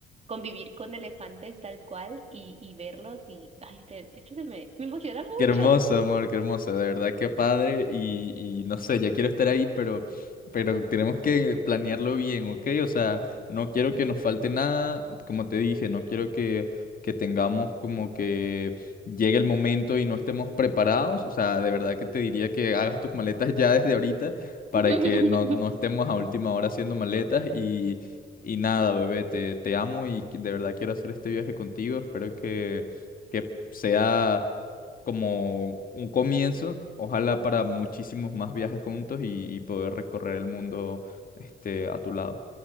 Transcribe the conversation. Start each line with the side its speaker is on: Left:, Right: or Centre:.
Right: convivir con elefantes tal cual y, y verlos y, ay, este, esto se me, me emociona mucho.
Left: Qué hermoso, amor, qué hermoso, de verdad, qué padre. Y, y no sé, ya quiero estar ahí, pero, pero tenemos que planearlo bien, ¿ok? O sea, no quiero que nos falte nada, como te dije, no quiero que, que tengamos como que llegue el momento y no estemos preparados. O sea, de verdad que te diría que hagas tus maletas ya desde ahorita para
Right: <laughs>
Left: que no, no estemos a última hora haciendo maletas. Y, y nada, bebé, te, te amo y de verdad quiero hacer este viaje contigo. Espero que, que sea como un comienzo, ojalá para muchísimos más viajes juntos y, y poder recorrer el mundo este, a tu lado.